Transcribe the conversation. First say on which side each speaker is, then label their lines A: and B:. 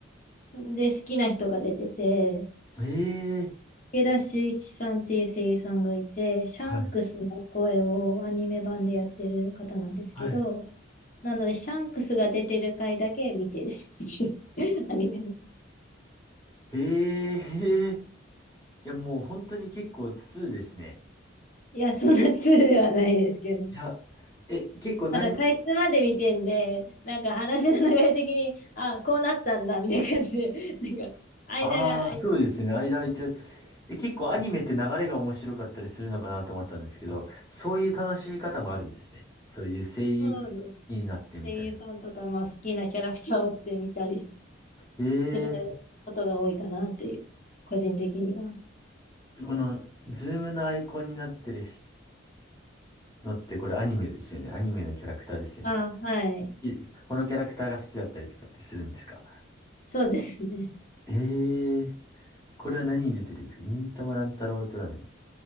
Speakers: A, on the left (about 40°); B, on the left (about 20°).
A: で、好きな人が出てて、
B: ええ
A: 池田秀一さんっていう声優さんがいて、シャンクスの声をアニメ版でやってる方なんですけど、
B: ー、はい。はい
A: なので、シャンクスが出てる回だけ見てる <laughs> アニメで。
B: へえ、へえいや、もう本当に結構2ですね。
A: いや、そんな通ではないですけど。
B: いや、え、結構何、
A: ただ、かいつまで見てんで、なんか話の流れ的に、あ、こうなったんだ、みたいな感じで、なんか、間が空いて、
B: ああ、そうですね。間空いちゃう。え、結構アニメって流れが面白かったりするのかなと思ったんですけど、そういう楽しみ方もあるんですね。そういう声優
A: そうです。
B: になってみたいな。
A: 声優さんとか、まあ、好きなキャラクターを追ってみたり
B: え
A: することが多いかなっていう、個人的には。
B: ー、この、ズームのアイコンになってるのってこれアニメですよね。アニメのキャラクターですよね。
A: あ、はい。
B: いこのキャラクターが好きだったりとかってするんですか
A: そうですね。
B: えー、これは何に出てるんですか忍たま乱太郎ではない。